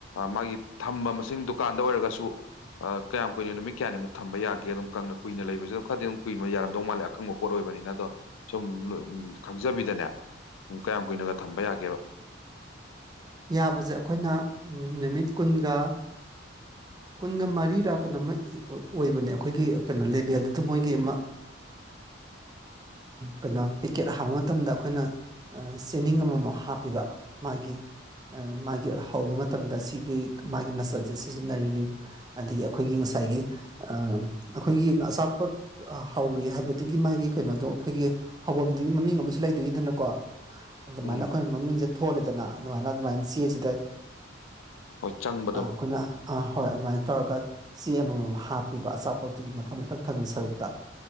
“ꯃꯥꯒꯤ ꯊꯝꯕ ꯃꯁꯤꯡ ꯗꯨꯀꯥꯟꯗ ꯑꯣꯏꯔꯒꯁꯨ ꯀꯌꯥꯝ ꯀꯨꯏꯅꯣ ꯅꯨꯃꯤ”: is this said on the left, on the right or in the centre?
Left